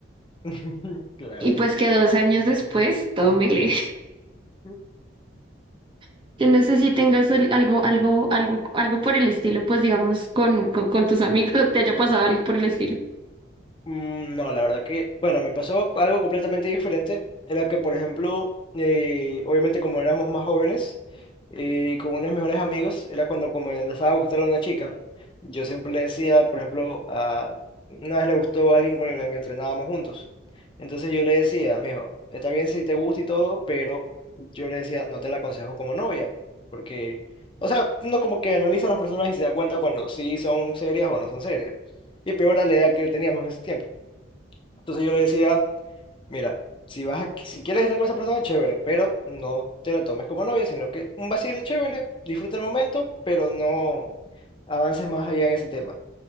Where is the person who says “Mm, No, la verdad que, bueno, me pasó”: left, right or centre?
Left